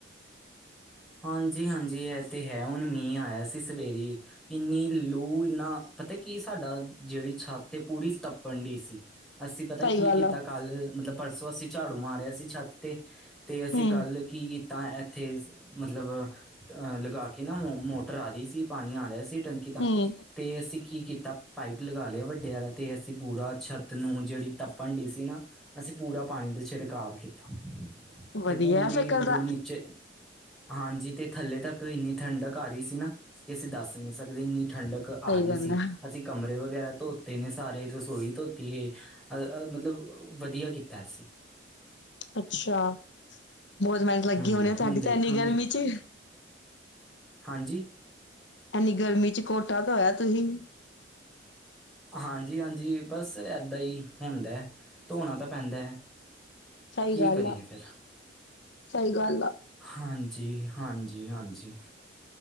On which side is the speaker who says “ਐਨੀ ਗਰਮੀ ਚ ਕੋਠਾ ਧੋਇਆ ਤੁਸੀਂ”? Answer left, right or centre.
Left